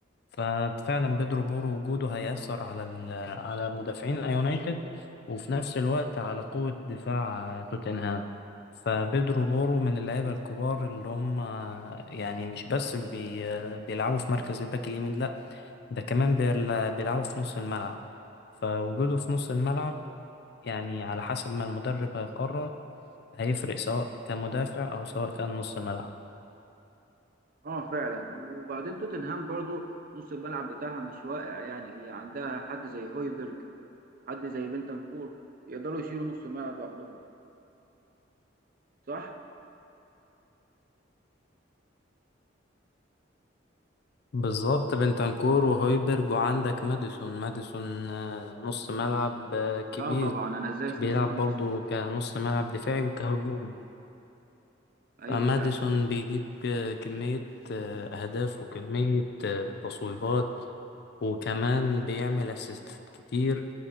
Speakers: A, on the left; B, on the right.
A: ففعلا بيدرو بورو وجوده هيأثر على ال- على مدافعين يونايتد وفي نفس الوقت على قوة دفاع توتنهام فبيدرو بورو من اللعيبة الكبار اللي هم يعني مش بس بي بيلعبوا في مركز الباك اليمين لا ده كمان بيل- بيلعبوا في نص الملعب فوجوده في نص الملعب يعني على حسب ما المدرب هيقرر هيفرق سواء كان مدافع أو سواء كان نص ملعب
B: اه فعلا وبعدين توتنهام برضو نص الملعب بتاعها مش واقع يعني هي عندها حد زي هويبرج وحد زي بنتنكور يقدروا يشيلوا نص الملعب لوحدهم صح؟
A: بالظبط بنتنكور وهويبرج وعندك ماديسون ماديسون آه، نص ملعب آه، كبير
B: اه طبعا انا ازاي
A: بيلعب
B: نسيت ماديسون
A: برضه كنص ملعب دفاعي وكهجومي
B: ايوه
A: فماديسون
B: فعلا
A: بيجيب آه، كمية آه، أهداف وكمية آه، تصويبات وكمان بيعمل أسيستات كتير